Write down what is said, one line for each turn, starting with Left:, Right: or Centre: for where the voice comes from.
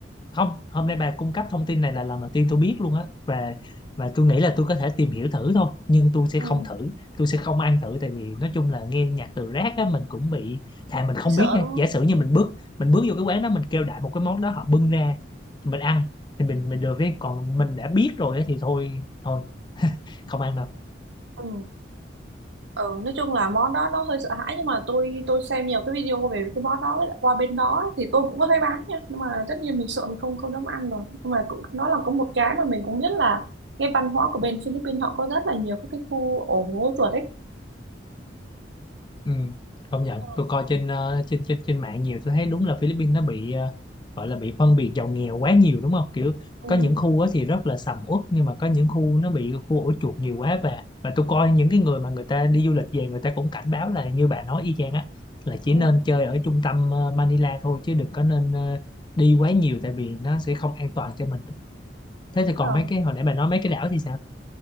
Left: không hôm nay bà cung cấp thông tin này là lần đầu tiên tôi biết luôn á và và tôi nghĩ là tôi có thể tìm hiểu thử thôi nhưng tôi sẽ không
Right: ừ.
Left: thử tôi sẽ không ăn thử tại vì nói chung là nghe nhạc từ rác á mình cũng bị thà mình không
Right: Bị sợ
Left: biết nha
Right: đúng không
Left: giả sử như mình bước mình bước vô cái quán đó mình kêu đại một cái món đó họ bưng ra mình ăn thì mình mình được cái còn mình đã biết rồi á thì thôi thôi không ăn đâu
Right: ừ. ừ. nói chung là món đó nó hơi sợ hãi nhưng mà tôi tôi xem nhiều cái video về cái món đó với lại qua bên đó thì tôi cũng có thấy bán nha nhưng mà tất nhiên mình sợ mình không không dám ăn rồi nhưng mà cũng nó là có một cái mà mình cũng biết là cái văn hóa của bên Philippines họ có rất là nhiều các cái khu ổ hố chuột ấy
Left: Ừ, công nhận
Right: Ừ.
Left: tôi coi trên ờ, trên trên trên mạng nhiều tôi thấy đúng là Philippines nó bị ờ, gọi là bị phân biệt giàu nghèo quá nhiều đúng không kiểu
Right: Ừ.
Left: có những khu á thì rất là sầm uất nhưng mà có những khu nó bị khu ổ chuột nhiều quá và và tôi coi những cái người mà người ta đi du lịch về người ta cũng cảnh báo là như bà nói y chang á là chỉ nên
Right: Ừ.
Left: chơi ở trung tâm ờ, Manila thôi chứ đừng có nên ờ, đi quá nhiều tại vì nó sẽ không an toàn cho mình thế
Right: Đúng
Left: thì còn
Right: rồi
Left: mấy cái hồi nãy bà nói mấy cái đảo thì sao